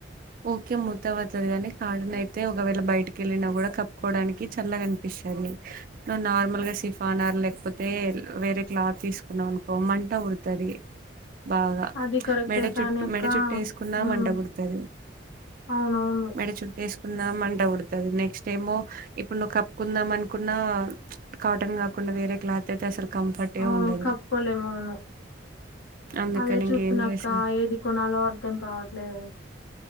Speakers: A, on the right; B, on the left.
A: ఓకే మూత్తవతది కాని కార్డన్ అయితే ఒకవేళ బయటికి వెళ్ళినా కూడా కప్పుకోవడానికి చల్లగా అనిపిస్తది ఆ నార్మల్ గా సిఫానార్ లేకపోతే వేరే క్లాత్ తీసుకున్నాం అనుకో మంట పుడుతది బాగా
B: అది కరెక్టే
A: మెడ
B: కానీ
A: చుట్టు
B: అక్క
A: మెడ చుట్టు వేసుకున్నా
B: ఉమ్
A: మంట పుడుతది
B: అవునవును
A: మెడ చుట్టూ వేసుకుందా మంట పుడుతుంది నెక్స్ ఏమో ఇప్పుడు నువ్వు కప్పుకుందాం అనుకున్నా కాటన్ కాకుండా వేరే క్లాత్ అయితే అసలు కంఫర్టే
B: అవును
A: ఉండదు
B: కప్పుకోలేము అవును
A: అందుకని
B: అదే చూస్తున్నా
A: ఇంకేం చేసాం
B: అక్క ఏది కొనాలో అర్ధం కావట్లేదు